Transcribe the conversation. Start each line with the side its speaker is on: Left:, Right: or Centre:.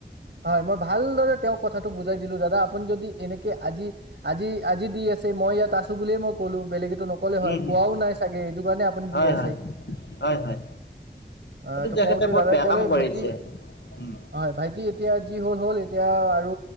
Right: হয় মই ভালদৰে তেওঁক কথাটো বুজাই দিলো দাদা আপুনি যদি এনেকে আজি আজি আজি দি আছে মই ইয়াত আছো বুলি মই ক'লো বেলেগেতো নকয়। নকলে হয়
Left: উম, হুম,
Right: কোৱাও নাই চাগে এইটো কাৰণে আপুনি
Left: হয়
Right: দি আছে
Left: হয় হয় হয়
Right: আ এইটো
Left: তেখেতে
Right: কওঁতে
Left: বহুত
Right: দাদাই
Left: বেয়া
Right: কলে
Left: কাম কৰিছে
Right: ভাইটি
Left: উম।
Right: হয় ভাইটি এতিয়া যি হ'ল হ'ল এতিয়া আৰু